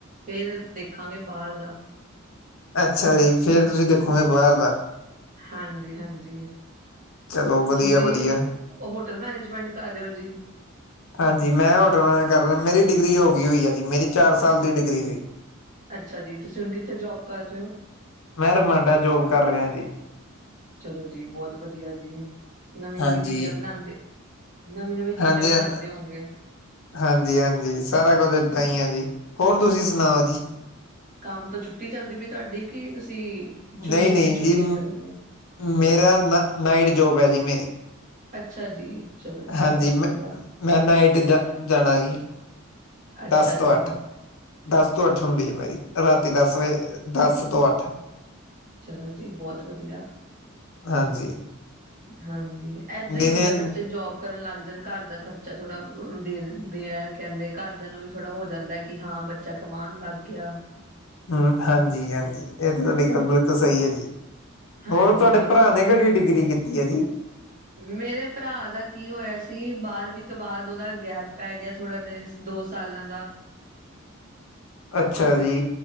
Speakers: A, on the right (about 40°); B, on the left (about 70°).
A: ਫੇਰ ਦੇਖਾਂਗੇ ਬਾਹਰ ਦਾ
B: ਅੱਛਾ ਜੀ ਫੇਰ ਤੁਸੀਂ ਦੇਖੋਗੇ ਬਾਹਰ ਦਾ
A: ਹਾਂਜੀ, ਹਾਂਜੀ
B: ਚਲੋ ਵਧੀਆ
A: ਤੁਸੀਂ
B: ਵਧੀਆ।
A: ਉਹ ਹੋਟਲ ਮੈਨੇਜਮੈਂਟ ਕਰ ਰਹੇ ਹੋ ਜੀ
B: ਹਾਂਜੀ ਮੈਂ ਹੋਟਲ ਮੈਨੇਜ ਕਰ ਰਿਹਾ ਮੇਰੀ ਡਿਗਰੀ ਹੋ ਗਈ ਹੋਈ ਆ ਜੀ ਮੇਰੀ ਚਾਰ ਸਾਲ ਦੀ ਡਿਗਰੀ ਸੀਗੀ
A: ਅੱਛਾ ਜੀ ਤੁਸੀਂ ਹੁਣ ਕਿੱਥੇ ਜੋਬ ਕਰ ਰਹੇ ਹੋ
B: ਮੈਂ ਰਮਾਂਡਾ ਜੋਬ ਕਰ ਰਿਹਾ ਜੀ
A: ਚਲੋ ਜੀ ਬਹੁਤ ਵਧੀਆ ਜੀ ਨਵੀਂ, ਨਵੀਂ
B: ਹਾਂਜੀ।
A: ਚੀਜ਼ਾਂ ਬਣਾਉਂਦੇ ਨਵੀਂ, ਨਵੀਂ ਚੀਜ਼ਾਂ
B: ਹਾਂਜੀ
A: ਬਣਾਉਂਦੇ
B: ਹਾਂ,
A: ਹੋਗੇ
B: ਹਾਂਜੀ ਹਾਂਜੀ ਸਾਰਾ ਕੁਝ ਏਦਾਂ ਹੀ ਆ ਜੀ ਹੋਰ ਤੁਸੀਂ ਸੁਣਾਓ ਜੀ
A: ਕੰਮ ਤੋਂ ਛੁੱਟੀ ਚੱਲਦੀ ਪਈ ਤੁਹਾਡੀ ਕੀ ਤੁਸੀਂ ਜੂਨ
B: ਨਹੀਂ ਨਹੀਂ
A: ਚ ਛੁੱਟੀਆਂ
B: ਜੀ
A: ਚੱਲਦੀਆਂ
B: ਮੇਰਾ ਨਾਈਟ ਜੋਬ ਹੈ ਜੀ ਮੇਰੀ
A: ਅੱਛਾ ਜੀ ਚਲੋ ਜੀ
B: ਹਾਂਜੀ
A: ਬਹੁਤ
B: ਮੈਂ
A: ਵਧੀਆ
B: ਮੈਂ ਨਾਈਟ ਜਾ ਜਾਣਾ ਜੀ
A: ਅੱਛਾ
B: ਦਸ ਤੋਂ
A: ਜੀ
B: ਅੱਠ। ਦਸ ਤੋਂ ਅੱਠ ਹੁੰਦੀ ਐ ਮੇਰੀ, ਰਾਤੀ ਦਸ ਵਜੇ ਦਸ ਤੋਂ ਅੱਠ।
A: ਚਲੋ ਜੀ, ਬੋਤ ਵਧੀਆ
B: ਹਾਂਜੀ।
A: ਹਾਂਜੀ। ਏਦਾਂ
B: ਦਿਨੇ
A: ਈ ਹੁੰਦਾ ਬੱਚੇ ਜੋਬ ਕਰਨ ਲੱਗ ਜਾਣ ਘਰ ਦਾ ਖਰਚਾ ਥੋੜਾ ਬ ਅ ਦੇ ਦੇਂਦੇ ਐ ਕਹਿੰਦੇ ਘਰਦਿਆਂ ਨੂੰ ਵੀ ਥੋੜਾ ਹੋ ਜਾਂਦਾ ਕਿ ਹਾਂ ਬੱਚਾ ਕਮਾਣ ਲੱਗ ਗਿਆ।
B: ਹਂ, ਹਾਂਜੀ ਹਾਂਜੀ ਇਹ ਤਾਂ ਤੁਹਾਡੀ ਗੱਲ ਬਿਲਕੁਲ ਸਹੀ ਐ ਜੀ।
A: ਹਾਂਜੀ
B: ਹੋਰ ਤੁਹਾਡੇ ਭਰਾ ਨੇ ਕਿਹੜੀ ਡਿਗਰੀ ਕੀਤੀ ਐ ਜੀ।
A: ਮੇਰੇ ਭਰਾ ਦਾ ਕੀ ਹੋਇਆ ਸੀ ਬਾਰਵੀਂ ਤੋਂ ਬਾਅਦ ਉਹਦਾ ਗੈਪ ਪੈ ਗਿਆ ਥੋੜਾ ਦੇਰ ਦੋ ਸਾਲਾਂ ਦਾ।
B: ਅੱਛਾ ਜੀ।